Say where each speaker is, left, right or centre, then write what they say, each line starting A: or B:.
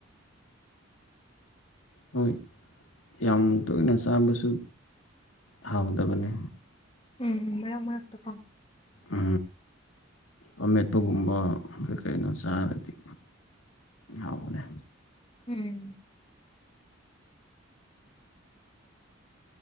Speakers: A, on the left (about 85°); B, on the left (about 25°).
A: ꯍꯣꯏ ꯌꯥꯝ ꯇꯣꯏꯅ ꯆꯥꯕꯁꯨ ꯊꯥꯎꯗꯕꯅꯦ
B: ꯎꯝ ꯃꯔꯛ ꯃꯔꯛꯇ ꯀꯣ
A: ꯎ ꯑꯣꯃꯦꯠꯇꯣꯒꯨꯝꯕ ꯀꯩ ꯀꯩꯅꯣ ꯆꯥꯔꯗꯤ ꯑꯕꯅꯦ
B: ꯎꯝ